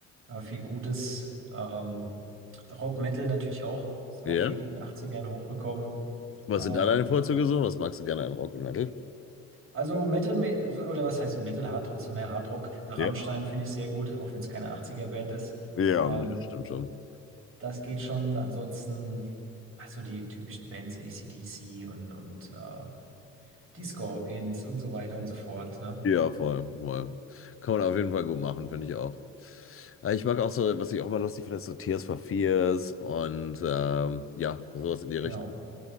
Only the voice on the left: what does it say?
Ja?
Was
sind da deine Vorzüge so? Was magst du gerne an Rock und Metal?
Ja,
ja,
das stimmt schon.
Ja, voll, voll. Kann man auf jeden Fall gut machen, finde ich auch. Aber Ich mag auch so, was ich auch immer lustig finde, ist so Tears for Fears und ähm, ja, sowas in die Richtung.